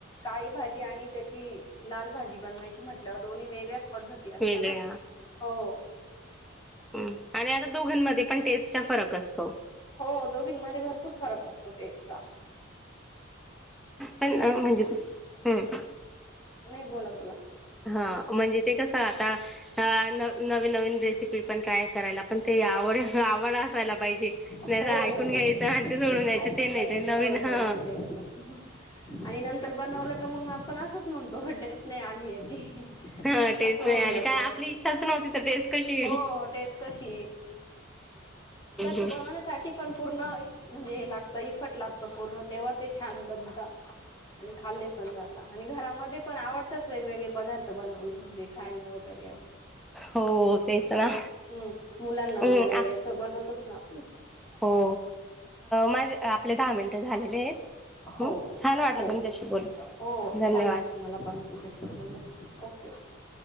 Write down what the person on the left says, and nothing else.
काळी भाजी आणि त्याची लाल भाजी बनवायची म्हटल्यावर दोन्ही वेगळ्याच पद्धती
असत ना हो.
हो दोघींमध्ये भरपूर फरक असतो टेस्टचा.
आणि
नाही बोला बोला
हो हो
ऐकून
घ्यायचं
सोडून
द्यायचं
ते होत आणि नंतर बनवलं का मग आपण अस आपणच म्हणतो टेस्ट नाही आली याची.
असं होऊन
जात
हो टेस्ट कशी बवण्यासाठी
पण पूर्ण म्हणजे हे लागतं. लागतो पूर्ण तेव्हा ते छान बनता. आणि खाल्ले पण जातात आणि घरामध्ये पण आवडतंच वेगवेगळे पदार्थ बनवले म्हणजे खायला वगैरे असं
हम्म मुलांना
वगैरे अस बनवत <unintelligible>
हो
हो
हो
हो
छान वाटलं मला पण तुमच्याशी बोलुन. Okay okay.